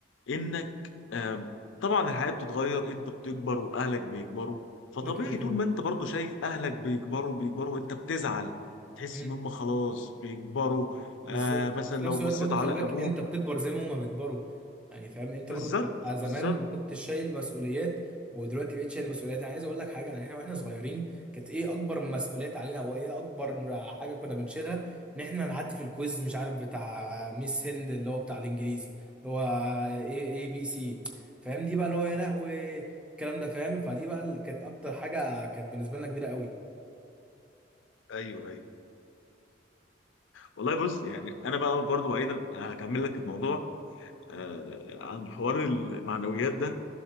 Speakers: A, on the left (about 80°); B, in the centre.
A: انك آه طبعا الحياه بتتغير انت بتكبر واهلك بيكبروا فطبيعي
B: ده كده كده
A: طول ما انت برضه شايف اهلك بيكبروا بيكبروا انت بتزعل تحس
B: مم.
A: ان هم خلاص بيكبروا
B: بالظبط
A: آه مثلا
B: وفي نفس
A: لو بصيت
B: الوقت برضو
A: على
B: خلي بالك
A: ابوك
B: انت بتكبر زي ما هما بيكبروا يعني فاهم انت
A: بالظبط
B: برضو بتبقى
A: بالظبط
B: زمان ما كنتش شايل مسؤوليات ودلوقتي بقيت شايل مسؤوليات انا عايز اقول لك حاجه يعني احنا واحنا صغيرين كانت ايه اكبر مسؤوليات علينا او ايه اكبر حاجه كنا بنشيلها ان احنا نعدي في الكويز مش عارف بتاع ميس هند اللي هو بتاع الانجليزي اللي هو ايه اي بي سي فاهم دي بقى اللي هو يا لهوي الكلام ده فاهم فدي بقى اللي كانت اكتر حاجه كانت بالنسبه لنا كبيره قوي
A: ايوه ايوه والله بص يعني انا بقى برضو بعيدا هكمل لك الموضوع آه عن حوار المعنويات ده